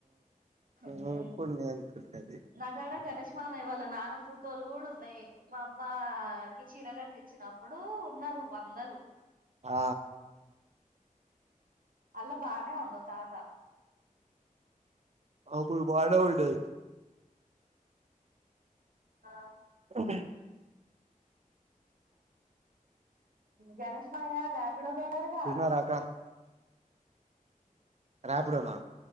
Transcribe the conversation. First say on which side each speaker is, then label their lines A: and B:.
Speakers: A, on the right (about 80°); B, on the right (about 50°).
A: హూ
B: నువ్వు ఎప్పుడు నేను అనుకుంటున్నది
A: నాకాడ గణేష్ మా వయ్య వాళ్ళ నాన్న ఫోటోలు గూడా ఉన్నాయ్ మా అమ్మకి చీర గట్టిచ్చినప్పుడు ఉన్నారు వందరు
B: ఆ
A: అందులో బానేే ఉండు తాత
B: అప్పుడు బాగనె వుండాయ్
A: ఆ
B: అ
A: గణేష్ మాయ్య ర్యాపిడో తోలడుగా
B: చూసినారా అక్క రాపిడోనా